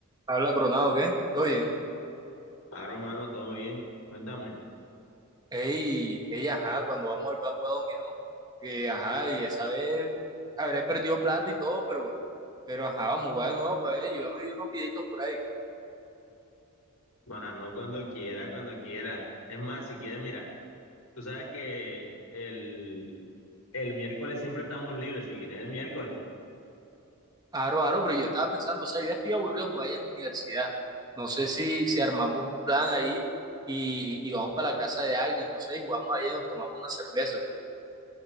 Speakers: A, on the right; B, on the left.
A: Habla Coronado, ¿qué? ¿Todo bien?
B: Claro, mano, todo bien. Cuéntame.
A: Ey, ey, ajá, cuando vamos a volver a jugar dominó, que ajá, y esa vez habré perdido plata y todo, pero, pero ajá, vamos a jugar de nuevo para ver, yo ya me vi unos videitos por ahí.
B: Maja, no cuando quiera, cuando quiera. Es más, si quieres, mira, tú sabes que el, el miércoles siempre estamos libres, si quieres el miércoles.
A: Aro, aro, pero yo estaba pensando, o sea, yo ya estoy aburrido de jugar allá en la universidad. No sé si, si armamos un plan ahí y, y vamos para la casa de alguien, no sé, y jugamos allá y nos tomamos una cerveza.